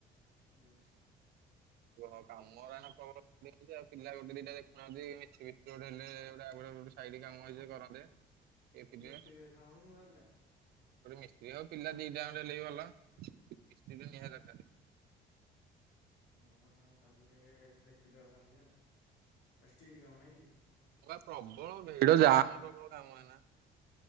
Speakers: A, on the left; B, on the right.
A: ଏସା
B: ହ କାମରା ପ୍ରବଳ ଆଉ ପିଲା ଗୋଟେ ଦିଟା ଦେଖୁନାହାନ୍ତି ମିଛି ବିଛି ଗୋଟେ ହେଲେ ଗୋଟେ ଗୋ ସାଇଟ୍ କାମ ହେଇଛି କରନ୍ତେ କିଏ ଥିଲେ
A: ମିସ୍ତ୍ରୀ ଖାଉନ ଭିଲ
B: ମିସ୍ତ୍ରୀ ଆଉ ପିଲା ଦିଟା ଖଣ୍ଡେ ହେଲେ ଭଲ। ଏହା ଦର୍କାରେ
A: ହଁ ହଁ ତାହେଲେ ଦେଖିଦବା ତାହଲେ ଆଉ ଷ୍ଟିଲ କାମ ନାଇକି
B: ବା ପ୍ରବଳ ଭିଡ ଯାମ୍ ହ ପ୍ରବଳ କାମ ଏନା।